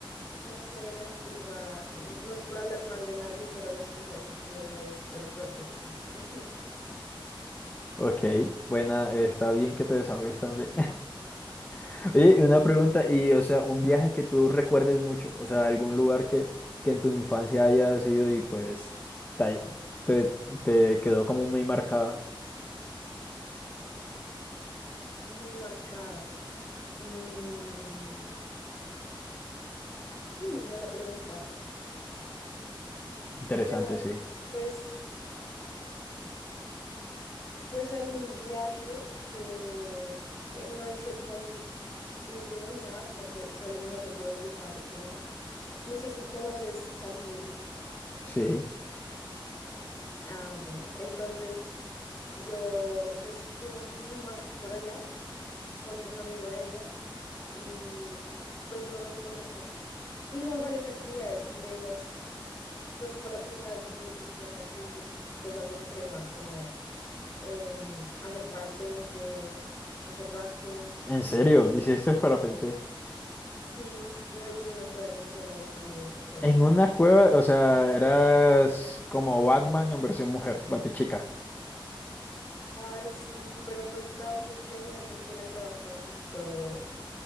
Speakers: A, on the left (about 40°); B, on the left (about 20°).
A: no sé, la gente es rara. N- No es por hablar mal de nadie, pero la esposa de mi tío es de lo peor que existe. <laughs>
B: Ok, buena, eh, está bien que te desahogues también. <laughs> Oye, y una pregunta, y o sea, un viaje que tú recuerdes mucho, o sea, algún lugar que, que en tu infancia hayas ido y pues te, te te quedó como muy marcada.
A: Muy marcada. Mm, <laughs> hmm, buena pregunta.
B: Interesante,
A: Bueno,
B: sí.
A: pues, pues hay un viaje que pues, no hice con mi primo ni nada, sino fue solo mi mamá y yo. Yo estaba pequeña. No sé si conoces San Gil.
B: Sí.
A: Ah, bueno, entonces yo pues fuimos con mi mamá por allá, con un amigo de ella, y pues no los pasan, pues hicimos varias actividades, entre esas fue como la primera vez en mi vida que hice cosas extremas como em, hacer parapente, hacer rafting.
B: ¿En serio? ¿Hiciste parapente?
A: Sí, me metí en una cueva de murciélagos también. Fue,
B: En una cueva, o sea, eras como Batman en versión mujer, Batichica,
A: ay, sí, pero pues daba un poquito de miedo porque la cueva estaba un poquito,